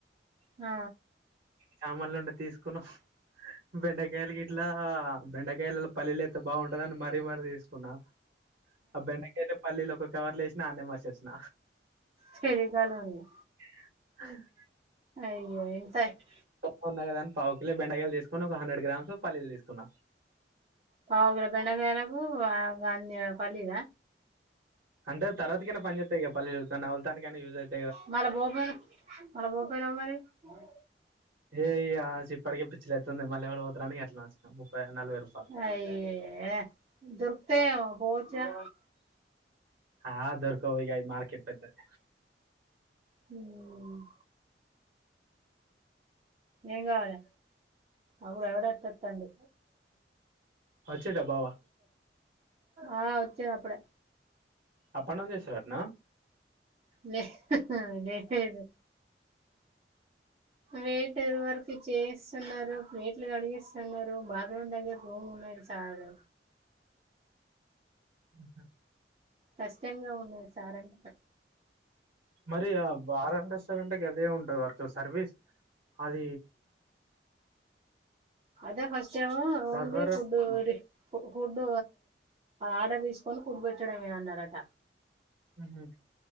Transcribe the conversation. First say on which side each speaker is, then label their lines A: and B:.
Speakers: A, on the right; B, on the right.
A: ఆ
B: చమల్లు నుండి తీసుకున్నా బెండకాయలకి ఇట్లా బెండకాయలలో పల్లీలుఎస్తతే బాగుంటందని మరి తీసుకున్నా ఆ బెండకాయలె పల్లిలు కవర్లు ఎసినా అడ్నె మర్చెసిన
A: క్షనీకాలం ఇది
B: అ <inaudible>
A: అయ్యో ఎంత ఐంది
B: కొన్న కద అని పావుకిలు బెండకాయలు తీసుకుని ఒక హండ్రెడ్ గ్రామ్స్ పల్లీలు తీసుకున్నా
A: పావు కిలో బెండ కాయలకు ఆ పల్లీల
B: అంటే తర్వాతకినా పని చేతాయి కదా పల్లిలు నవుల్ తానికి ఐన యూస్ అయి తాయి
A: మల్ల బో పోయినవు మల్ల బో పోయినవు మరి ఆ <inaudible>
B: ఏ ఇగ ఇప్పటికే పిచ్చిలేతంది మళ్ళి ఎవరు పోతరాని ఇగ అట్లా నే వచ్చిన నలభై రూపాయలు
A: అయ్య యే దొరుకుతాయి ఏమో పో జ
B: ఆ దొర్కవు ఇగ ఈ మార్కెట్ పెద్దది.
A: హ్మ్ ఏం గావాలే అప్పుడు ఎవడ తె వస్తాండు.
B: అచ్చిండ బావా
A: ఆ వచ్చిండ్ అప్పుడే
B: అప్పన్ డౌన్ చేస్తాడట్న
A: లే లేేదు. వేటరు వర్క్ చేయిస్తున్నరు ప్లేట్లు కడిగిస్తున్నరు బాత్రూమ్ దగ్గర రూమ్ ఉన్నది చాలు
B: ఆహ
A: కష్టంగా ఉన్నది సార్ అంటున్న
B: మరి ఆ బారన్ రెస్టారెంట్ గదే ఉంటది వర్క్ సర్వీస్ అది
A: అదే ఫ ఫస్టేమో ఓన్లీ
B: సర్వర్
A: ఫూడ్డు
B: అనుకుంటా
A: ఫుడ్ ఆర్డర్ తీసుకొని ఫుడ్ పెట్టడమే అన్నరట.
B: మ్ హ్